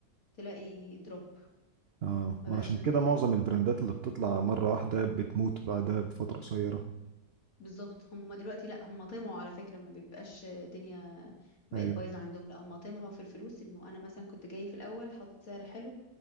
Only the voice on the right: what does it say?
اه
ما
عشان
كده
معظم البراندات اللي بتطلع مرة واحدة بتموت بعدها بفترة قصيرة
ايوه